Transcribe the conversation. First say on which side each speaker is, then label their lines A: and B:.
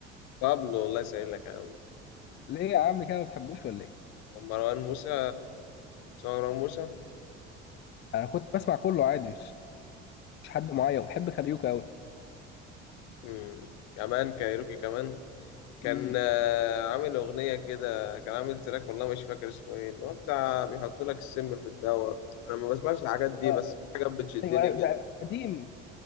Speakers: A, on the left (about 50°); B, on the left (about 30°).
A: بابلو الله يسهل لك يا عم
B: <laughs> ليه يا عم كده ما بتحبوش ولا ايه
A: مروان موسى مروان موسى
B: انا كنت بسمع كله عادي مش مش حد معين بحب كاريوكا قوي
A: مم. كمان كايروكي كمان كان
B: امم
A: آه، عامل أغنية كده كان عامل تراك والله مش فاكر اسمه ايه اللي هو بتاع بيحط لك السم في الدواء أنا ما بسمعش الحاجات دي
B: اه
A: بس في حاجات بتشدني
B: ايوه ايوه
A: كده
B: ده قديم